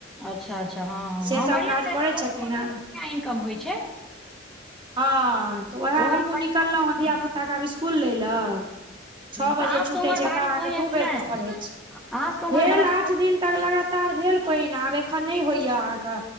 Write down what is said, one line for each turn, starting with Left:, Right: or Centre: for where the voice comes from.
Centre: अच्छा अच्छा हँ हँ
Right: से
Centre: हँ बढ़िआँ
Right: करै
Centre: <unintelligible> बढ़ियाँ
Right: छथिन ह
Centre: इनकम होइ छै
Right: हँ तऽ उएह
Centre: ओहोमे
Right: हमहूँ
Centre: बढ़िआँ
Right: निकललहुँ
Centre: हूँ
Right: हें धिय पुता के आब स्कुल लय लए छओ
Centre: तऽ
Right: बजे
Centre: अहाँ सबके
Right: छूटैत
Centre: उम्हर
Right: छै
Centre: बारिश
Right: एतय अहाँके
Centre: होइया
Right: दूबेरके
Centre: कि नहि
Right: पढ़ै छी
Centre: अहाँ सबके उम्हर
Right: भेल
Centre: बारिश
Right: आठ दिन तक लगातार तार भेल पाइन आब एखन नय होइया अहाँके